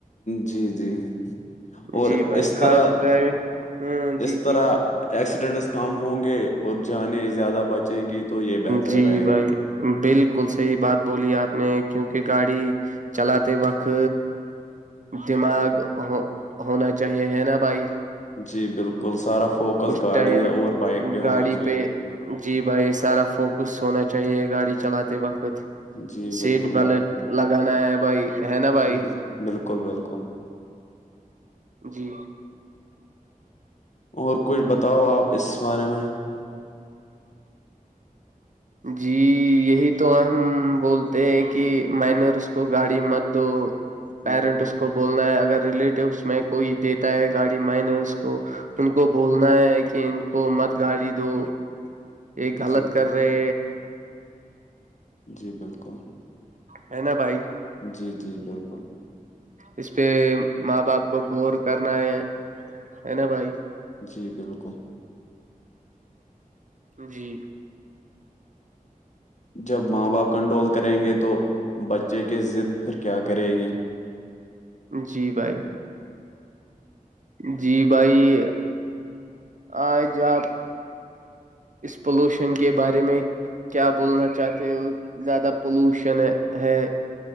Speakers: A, on the left; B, on the right.
A: جی جی اور
B: جی بھائی
A: اس طرح
B: خاص ڈرائیونگ ہ جی
A: اس طرح
B: جی
A: ایکسیڈنٹس کم ہوں گے اور جانے زیادہ بچیں گی تو یہ بہتر
B: جی
A: رہے
B: بھائی
A: گا
B: بالکل صحیح بات بولی آپ نے کیونکہ گاڑی چلاتے وقت دماغ ہو ہونا چاہیے ہے نا بھائی
A: جی بالکل سارا فوکس
B: اس
A: گاڑی
B: ٹائم
A: ہے اور بائک پہ
B: گاڑی
A: ہونا چاہیے
B: پہ جی بھائی سارا فوکس ہونا چاہیے گاڑی چلاتے وقت
A: جی بالکل
B: سیٹ
A: بھائی
B: بلٹ لگانا ہے بھائی ہے نا بھائی
A: بل- بالکل بالکل
B: جی
A: اور کچھ بتاؤ آپ اس بارے میں
B: جی یہی تو ہم بولتے ہیں کہ کہ مائنر اس کو گاڑی مت دو
A: ہوں،
B: پیرنٹ
A: ہوں،
B: اس کو کو بولنا ہے اگر ریلیٹوس میں کوئی دیتا ہے گاڑی مینرس کو ان کو بولنا ہے کہ ان کو مت گاڑی دو یہ غلط
A: جی
B: کر رہے
A: جی بالکل
B: ہے ن بھائی
A: جی جی بالکل
B: اس پہ ماں باپ کو گور کرنا ہے ہے نا بھائی
A: جی بالکل
B: جی
A: جب ماں باپ کنٹرول کریں گے تو بچے کے ضد پھر کیا کرے گی
B: جی بھائی جی بھائی آج آپ اس پولوشن کے بارے میں کیا بولنا چاہتے ہو زیادہ پولوشن ہے